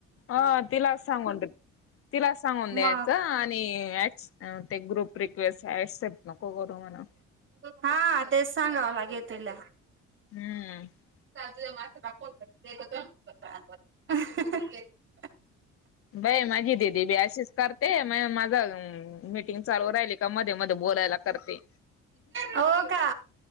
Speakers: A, on the left; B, on the right.
A: अ तिलाच सांगून, तिलाच सांगून
B: मग
A: न्यायचं आणि अ ते ग्रुप रिक्वेस्ट एक्सेप्ट नको करू म्हणून.
B: हा तेच सांगावं लागेल तीला.
A: हम्म
B: <unintelligible>
A: बाय माझी दिदी बी अशीच करते मय माझ हम्म, मीटिंग चालू राहिली का मध्ये मध्ये बोलायला करते.
B: हो का.